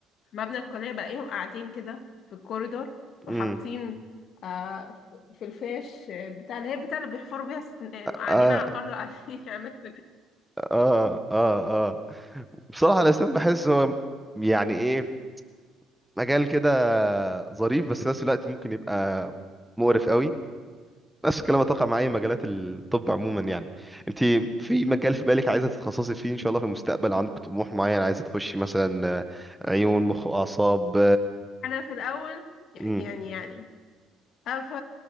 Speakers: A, on the left; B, in the centre.
A: مبنى الكلية بلاقيهم قاعدين كده في الكوريدور وحاطين
B: امم
A: آه في في الفيش بتاع اللي هي بتاع اللي بيحفروا بيها السنان وقاعدين
B: اه
A: على الأرض وقاعدين <laughs> يعملوا في-
B: اه اه اه بصراحة الأسنان بحس هو يعني ايه مجال كده ظريف بس في نفس الوقت ممكن يبقى مقرف قوي نفس الكلام اتوقع مع اي مجالات الطب عموما يعني انت في مجال في بالك عايزة تتخصصي فيه ان شاء الله في المستقبل عندك طموح معين عايزة تخشي مثلا آه، عيون مخ اعصاب
A: أنا في الأول يعني
B: امم
A: يعني يعني أف...